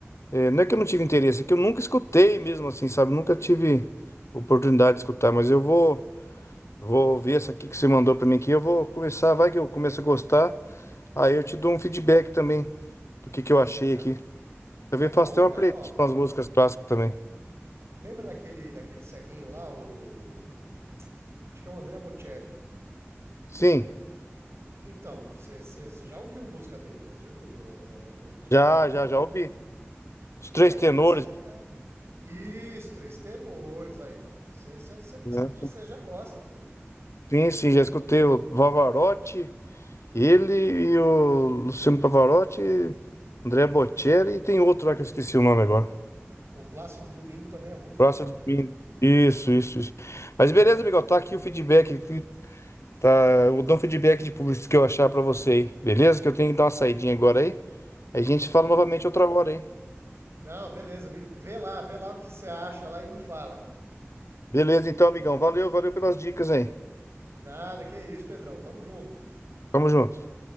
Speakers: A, on the left; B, on the right.
A: é, não é que eu não tive interesse, é que eu nunca escutei mesmo assim, sabe? Nunca tive oportunidade de escutar, mas eu vou, vou ver essa aqui que você mandou pra mim aqui. Eu vou começar, vai que eu começo a gostar. Aí eu te dou um feedback também do que que eu achei
B: É,
A: aqui. Também
B: é bom,
A: faço até uma
B: cara.
A: playlist
B: Ó,
A: com as músicas clássicas também.
B: lembra daquele daquele ceguinho lá, o acho que é o André Bocelli.
A: Sim,
B: Então, você já ouviu música dele, né? Já ouviu ó, algumas músicas
A: já,
B: dele. Ele
A: já,
B: é um
A: já
B: cara.
A: ouvi. Os
B: Então,
A: três tenores,
B: é nessa pegada. Isso, três tenores aí, ó. Você
A: né?
B: já gosta, pô.
A: Sim, sim, já escutei o Pavarotti, ele e o Luciano Pavarotti, André Bocelli e tem outro lá que eu esqueci o nome agora.
B: O Plácido Domingo também é muito
A: Próximo
B: famoso.
A: domingo. Isso, isso, isso. Mas beleza, amigão, tá aqui o feedback. aqui, Tá, eu dou um feedback de público que eu achar pra você aí. Beleza? Que eu tenho que dar uma saidinha agora aí. Aí a gente fala novamente outra hora, hein?
B: Não, beleza, me, vê lá, vê lá o que você acha lá e me fala.
A: Beleza, então, amigão. Valeu, valeu pelas dicas aí.
B: Nada, que isso, Pedrão, tamo junto.
A: Tamo junto.